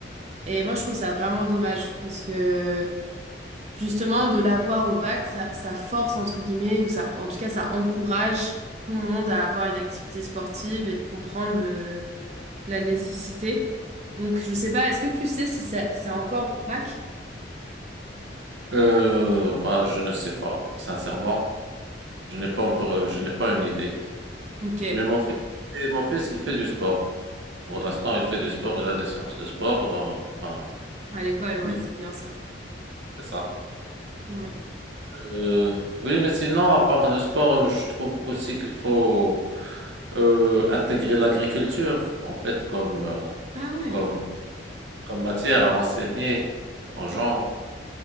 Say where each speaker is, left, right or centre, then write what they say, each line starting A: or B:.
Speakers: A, on the right (about 40°); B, on the right (about 80°).
A: Et moi, je trouve ça vraiment dommage parce que justement, de l'avoir au bac, ça, ça force, entre guillemets, ou ça, en tout cas, ça encourage tout le monde à avoir une activité sportive et de comprendre le, la nécessité. Donc, je sais pas, est-ce que tu sais si ça, c'est encore au bac?
B: Euh, moi, je ne sais pas, sincèrement. Je n'ai pas encore, euh, je n'ai pas une idée.
A: Ok,
B: Mais mon fils, et mon fils, il fait du sport. Pour l'instant, il fait du sport, il a des séances de sport. dans- enfin,
A: à l'école,
B: on
A: ouais,
B: y-
A: c'est bien ça.
B: c'est ça.
A: Ouais.
B: Euh, oui, mais sinon, à part le sport, je trouve qu'aussi qu'il faut euh, intégrer l'agriculture, en fait, comme, euh,
A: Ah ouais,
B: comme, comme matière à enseigner aux gens.